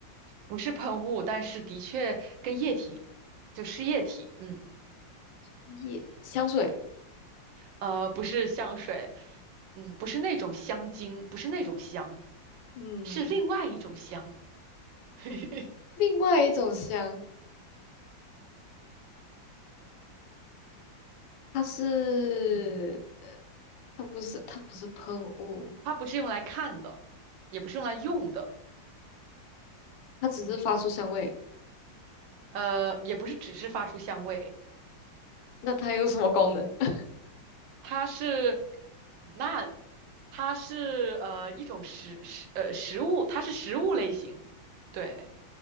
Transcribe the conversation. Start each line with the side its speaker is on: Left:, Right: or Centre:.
Right: 不是喷雾，但是的确跟液体，就是液体，嗯，
Left: 液香水，
Right: 呃，不是香水，嗯，不是那种香精，不是那种香，
Left: 嗯，
Right: 是另外一种香，<laughs>
Left: 另外一种香，它是它不是它不是喷雾，
Right: 它不是用来看的，也不是用来用的，
Left: 它只是发出香味。
Right: 呃，也不是只是发出香味，
Left: 那它有什么功能？<laughs>
Right: 它是，那它是呃一种食食呃食物，它是食物类型，对，